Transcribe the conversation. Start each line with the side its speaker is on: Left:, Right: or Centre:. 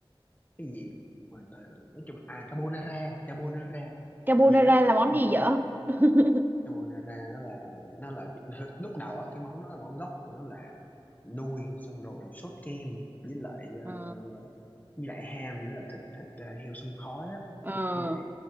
Left: cái gì mình tới rồi nói chung là à carbonara carbonara
Right: carbonara
Left: dễ lắm
Right: là món
Left: dễ
Right: gì vợ <laughs>
Left: carbonara nó là nó là <laughs> lúc đầu á cái món nó là món gốc của nó là nuôi xong rồi sốt kem với lại ờ,
Right: ờ
Left: với lại ham nữa là thịt thịt ờ, heo xông khói á
Right: ờ
Left: kiểu vậy